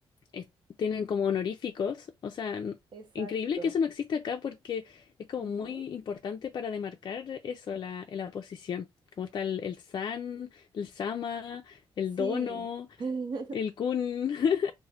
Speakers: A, on the left; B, on the right.
A: es- tienen como honoríficos. O sea, n-
B: exacto.
A: increíble que eso no existe acá porque es como
B: Ujú.
A: muy importante para demarcar eso, la, la posición. Como está el, el san, el sama, el
B: Sí.
A: dono.
B: <laughs>
A: El Kun. <laughs>